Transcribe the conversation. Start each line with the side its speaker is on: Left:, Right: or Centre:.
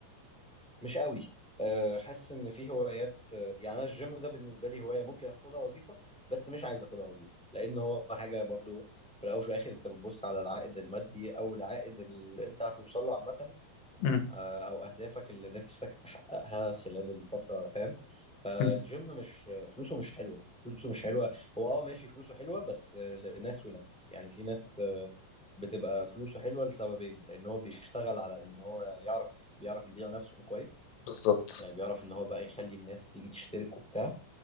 Centre: مش قوي أه، حاسس ان في هوايات أه، يعني انا الجيم ده بالنسبه لي هوايه ممكن اخدها وظيفه بس مش عايز اخدها وظيفه لان هو حاجه برضو في الاول وفي الاخر انت بتبص على العائد المادي او العائد اللي انت هتوصل له عامه
Left: مم.
Centre: أه، او اهدافك اللي نفسك تحققها خلال الفتره فاهم فالجيم
Left: مم.
Centre: مش فلوسه مش حلوه فلوسه مش حلوه هو اه ماشي فلوسه حلوه بس أه، لناس وناس يعني في ناس أه، بتبقى فلوسه حلوه لسببين لان هو بيشتغل على ان هو يعرف بيعرف يبيع نفسه كويس
Left: بالظبط
Centre: يعني بيعرف ان هو بقى يخلي الناس تيجي تشترك وبتاع